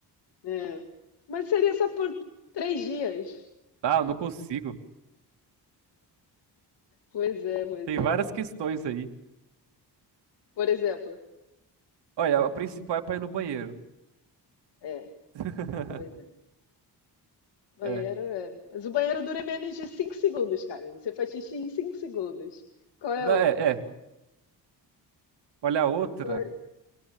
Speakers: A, on the left; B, on the right.
A: É. Mas seria só por três dias.
B: Ah, não consigo.
A: Pois é, pois
B: Tem
A: é.
B: várias questões aí.
A: Por exemplo,
B: Olha, a principal é pra ir no banheiro.
A: é,
B: <laughs>
A: pois é. Banheiro
B: É.
A: é. Mas o banheiro dura menos de 5 segundos, cara. Você faz xixi em 5 segundos. Qual é
B: Não,
A: a outra?
B: É, é. Olha a outra.
A: Qual é?